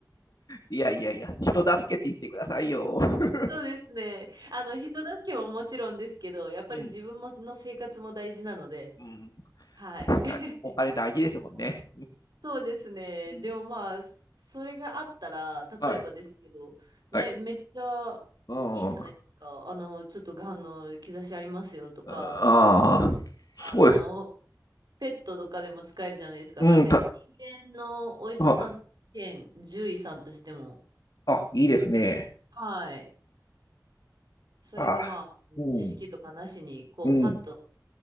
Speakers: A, on the left; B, on the right.
A: いやいやいや、人助けって言ってくださいよ。<laughs>
B: そうですね。あの、人助けももちろんですけど、やっぱり自分もの生活も大事なので、
A: うん、うん。
B: はい。
A: 確かに、
B: <laughs>
A: お金大事ですもんね。
B: そうですね。
A: うん、
B: でもまあ、それがあったら、
A: はい、
B: 例えばですけど、ね、
A: はい。
B: めっちゃいいじゃないですか。
A: うん。
B: あの、ちょっとがんの兆しありますよとか、
A: ああ、
B: あの、
A: そうです。
B: ペットとかでも使えるじゃないですか。
A: うん、
B: なんで、
A: た、
B: 人間のお医者さん兼獣医さんとしても、
A: あ、あ、いいですね。
B: はい。それがまあ、
A: あ、うん、
B: 知識とかなしに、こう、
A: うん。
B: パッと、